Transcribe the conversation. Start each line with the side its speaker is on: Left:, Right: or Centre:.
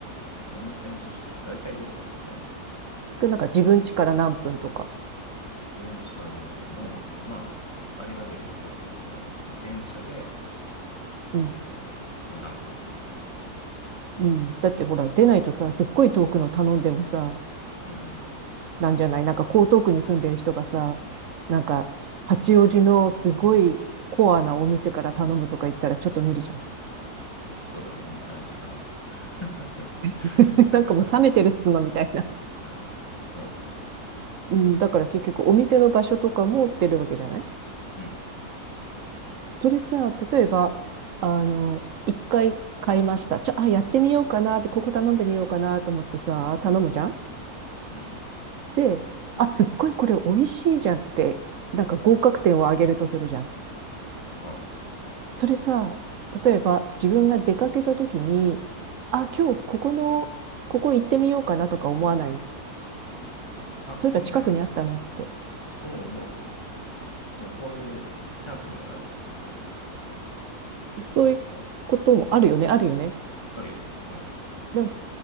Left: お店の駐車場、大体出るかな。うん。
Right: でなんか自分家から何分とか。
Left: 自分家から何分も、まあ、あれが出るね、そうだね。その自転車で、
Right: うん。
Left: えーまあ、何分みたいなのが出る。
Right: うん。だってほら、出ないとさ、すっごい遠くの頼んでもさ、
Left: うんうん。
Right: なんじゃないなんか江東区に住んでる人がさ、なんか、八王子のすごいコアなお店から頼むとか言ったらちょっと無理じゃん。
Left: そうだね、2、3時間かん <laughs>
Right: <laughs>
Left: かかるかもね。
Right: なんかもう冷めてるっつうのみたいな。
Left: うん、そうだね。
Right: うん、だから結局お店の場所とかも出るわけじゃない
Left: うん、
Right: それさ、例えば、あの、一回買いました。ちょ、あ、やってみようかなって、ここ頼んでみようかなと思ってさ、頼むじゃん
Left: うん。
Right: で、あ、すっごいこれ美味しいじゃんって、なんか合格点を上げるとするじゃん。
Left: はい。
Right: それさ、例えば自分が出かけた時に、あ、今日ここの、ここ行ってみようかなとか思わない。
Left: あ、
Right: そういえば近くにあったなって。
Left: でもね、もうもう。その、そういうチャンスにもなるね、普通に。
Right: そういうこともあるよね、あるよね。
Left: あるよ。うん。
Right: でも